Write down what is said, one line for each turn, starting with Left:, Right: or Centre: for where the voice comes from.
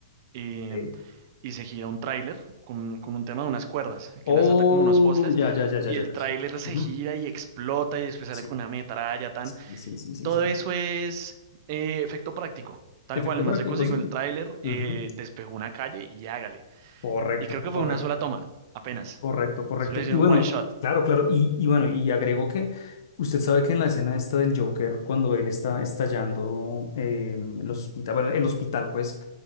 Right: eh,
Left: Ok.
Right: y se gira un tráiler con, con un tema de unas cuerdas, que
Left: Oh,
Right: las ata como unos postes,
Left: ya, ya, ya, ya,
Right: y
Left: ya,
Right: el
Left: ya.
Right: tráiler
Left: Sí,
Right: se
Left: Ujú.
Right: gira y explota y después
Left: Sí,
Right: sale con una metralla, tan,
Left: sí, sí, sí, sí,
Right: Todo
Left: sí.
Right: eso es eh, efecto práctico. Tal
Left: Efecto
Right: cual, el
Left: práctico,
Right: man se consiguió
Left: sí.
Right: el tráiler, eh,
Left: Ujú.
Right: despejó una calle y hágale.
Left: Correcto,
Right: Y creo que
Left: correcto.
Right: fue una sola toma, apenas.
Left: Correcto, correcto.
Right: Solo hicieron
Left: Y bueno,
Right: un one shot
Left: claro, claro. Y, y bueno, y agregó que usted sabe que en la escena esta del Joker, cuando él está estallando eh, los hospitales, bueno, el hospital, pues,